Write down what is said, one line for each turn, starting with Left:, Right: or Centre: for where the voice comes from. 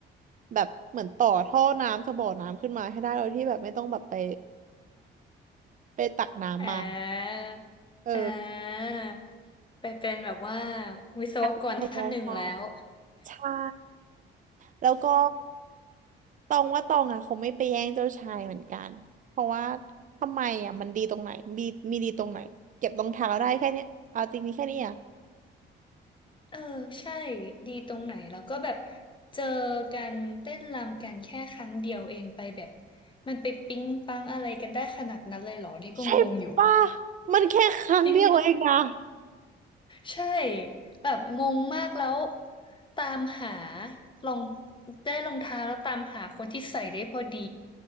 Right: แบบเหมือนต่อท่อน้ำสบ่อน้ำขึ้นมาให้ได้โดยที่แบบไม่ต้องแบบไปไปตักน้ำมา
Left: อ่า
Right: เออ
Left: อ่าไปเป็นแบบว่าวิศวกรท่านหนึ่งแล้ว
Right: อยากใช้ไฟฟ้าใช่แล้วก็ตองว่าตองอ่ะคงไม่ไปแย่งเจ้าชายเหมือนกันเพราะว่าทำไมอ่ะมันดีตรงไหนมีมีดีตรงไหนเก็บรองเท้าได้แค่เนี้ยเอาจริงนี่แค่นี้อ่ะ
Left: เออใช่ดีตรงไหนแล้วก็แบบเจอกันเต้นรำกันแค่ครั้งเดียวเองไปแบบมันไปปิ๊งปังอะไรกันได้ขนาดนั้นเลยเหรอนี่ก็งงอยู่
Right: ใช่ป่ะมันแค่ครั้งเดียวเองนะ
Left: จริง ใช่แบบงงมากแล้วตามหาลองได้รองเท้าแล้วตามหาคนที่ใส่ได้พอดี